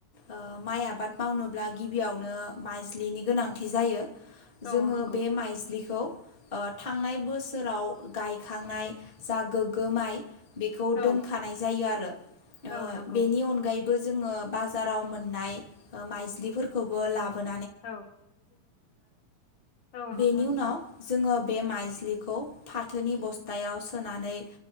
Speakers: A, on the left (about 15°); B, on the left (about 65°).
A: ओ माइ आबाद मावनोब्ला गिबियावनो माज्लिनि गोनांथि जायो। जोङो
B: औ नंगौ
A: बे माइज्लिखौ ओ थांनाय बोसोराव गायखांनाय जा गोग्गोमाइ बेखौ
B: औ
A: दोनखानाय जायो आरो ओ
B: औ नंगौ
A: बेनि अनगायैबो। <unintelligible> जोङो बाजाराव मोननाय माइज्लिफोरखौबो लाबो
B: औ औ नंगौ
A: <inaudible>
B: नोंथां
A: बे माइज्लिखौ फाथोनि बस्थायाव सोनानै